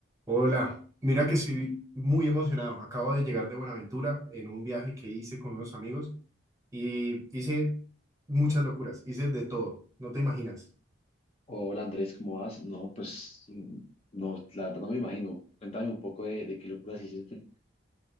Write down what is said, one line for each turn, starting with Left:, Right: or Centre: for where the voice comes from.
Right: Hola, mira que estoy muy emocionado. Acabo de llegar de Buenaventura en un viaje que hice con unos amigos y hice muchas locuras, hice de todo, no te imaginas.
Left: Hola Andrés, ¿cómo vas? No, pues mm, no, la verdad no me imagino. Cuéntame un poco de, de qué locuras hiciste.